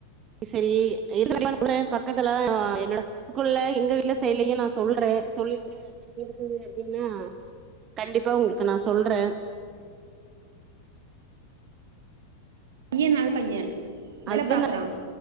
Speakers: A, on the right (about 30°); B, on the right (about 60°).
A: செரி <inaudible> பக்கத்துலதா என்னோட குள்ள எங்க வீட்ல சைட்நா சொல்றே சொல்லிட்டு அப்டி இருந்துது அப்டினா கண்டிப்பா ஒங்களுக்கு நா சொல்ற
B: பையன் நல்ல பையன் வேல
A: ஹஸ்பண்ட்
B: பாக்குறா